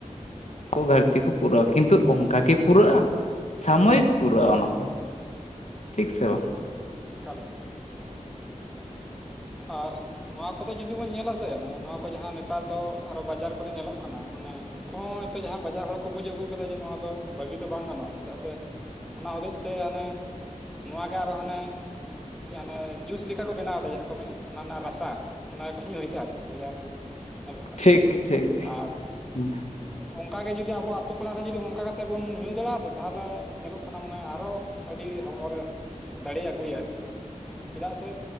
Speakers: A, on the left; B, in the centre.
A: ᱩᱱ ᱜᱷᱟᱹᱨᱛᱤ ᱠᱚ ᱯᱩᱨᱟᱹᱜᱼᱟ ᱠᱤᱱᱛᱩ ᱚᱱᱠᱟ ᱜᱮ ᱯᱩᱨᱟᱹᱜᱼᱟ ᱥᱟᱢᱚᱭᱤᱠ ᱯᱩᱨᱟᱹᱜᱼᱟ ᱚᱱᱟ ᱫᱚ ᱴᱷᱤᱠ ᱥᱮ ᱵᱟᱝ
B: ᱛᱟᱦᱞᱮᱠᱟ
A: <inaudible>
B: ᱟᱨ ᱱᱚᱣᱟ ᱠᱚᱫᱚ ᱡᱩᱫᱤ ᱵᱚᱱ ᱧᱮᱞᱟ ᱥᱮ ᱱᱚᱣᱟ ᱠᱚ ᱡᱟᱦᱟᱸ ᱱᱮᱛᱟᱨ ᱫᱚ ᱟᱨᱚ ᱵᱟᱡᱟᱨ ᱠᱚᱨᱮ ᱧᱮᱞᱚᱜ ᱠᱟᱱᱟ ᱢᱟᱱᱮ ᱩᱱᱠᱩ ᱦᱚ ᱡᱟᱦᱟᱸᱭ ᱵᱟᱡᱟᱨ ᱦᱚᱲ ᱠᱚ ᱵᱩᱡᱽ ᱟᱹᱜᱩ ᱠᱟᱫᱟ ᱡᱮ ᱱᱚᱣᱟ ᱫᱚ ᱵᱟᱹᱜᱤ ᱫᱚ ᱵᱟᱝ ᱜᱟᱱᱚᱜᱼᱟ ᱪᱮᱫᱟᱜ ᱥᱮ ᱚᱱᱟ ᱦᱚᱛᱮᱡ ᱛᱮ ᱦᱟᱱᱮ ᱱᱚᱣᱟᱜᱮ ᱟᱨᱚ ᱦᱟᱱᱮ ᱪᱮᱫ ᱟᱱᱮ ᱡᱩᱥ ᱞᱮᱠᱟ ᱠᱚ ᱵᱮᱱᱟᱣᱫᱟ ᱡᱟᱦᱟᱸ ᱠᱚ ᱢᱮᱱᱮᱫ ᱚᱱᱟ ᱨᱮᱱᱟᱜ ᱨᱟᱥᱟ ᱚᱱᱟᱠᱚ ᱧᱩᱭᱮᱫᱟ ᱟᱨᱠᱤ ᱵᱟᱡᱟᱨ ᱨᱮ ᱧᱮᱞᱚᱜ ᱠᱟᱱᱟ
A: ᱴᱷᱤᱠ ᱴᱷᱤᱠ
B: ᱟᱨ
A: ᱦᱩᱸ
B: ᱚᱱᱠᱟ ᱜᱮ ᱡᱩᱫᱤ ᱟᱵᱚ ᱟᱛᱳ ᱯᱟᱲᱟ ᱨᱮ ᱡᱩᱫᱤ ᱚᱱᱠᱟ ᱠᱟᱛᱮᱫ ᱵᱚᱱ ᱧᱩ ᱫᱟᱲᱮᱭᱟᱜᱼᱟ ᱥᱮ ᱛᱟᱦᱚᱞᱮ ᱧᱮᱞᱚᱜ ᱠᱟᱱᱟ ᱢᱟᱱᱮ ᱟᱨᱚ ᱟᱹᱰᱤ ᱦᱚᱲᱢᱚ ᱨᱮ ᱫᱟᱲᱮ ᱟᱹᱜᱩᱭᱟ ᱟᱨᱠᱤ ᱪᱮᱫᱟᱜ ᱥᱮ